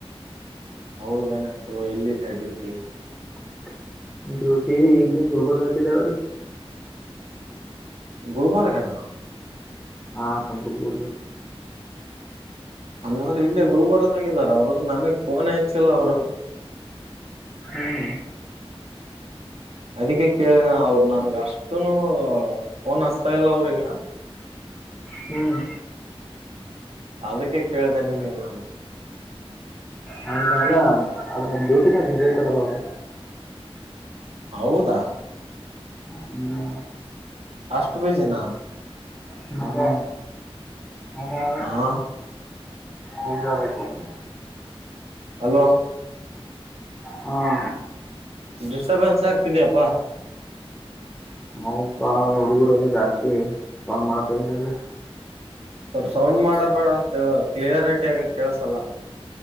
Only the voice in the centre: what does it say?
<unintelligible> ಡ್ಯೂಟಿ ಇಲ್ಲಿ ಗುಲ್ಬರ್ಗ ಹಾಕಿದೆ ಅವ್ರೆ.
ಹಾ ಗುಲ್ಬರ್ಗ.
ಹ್ಮ್
ಹ್ಮ್
ಹಂಗ್ ಅಲ್ಲ ಅದ್ರೆ ಡ್ಯೂಟಿನಾಗ್ ಬಿಝಿ ಇರ್ತಾರಲ್ಲ ಅವ್ರು.
ಹ್ಮ್
ಹ್ಮ ಅದ ಅಲ್ಲಿ
ಮುಂಜಾನಗಿ.
ಹಾ.
ಅವ್ನ್ಪ ಹುಡ್ಗುರೆಲ್ಲ ಜಾಸ್ತಿ ಸೌಂಡ್ ಮಾಡತಾರ್ ಇಲ್ಲಿ.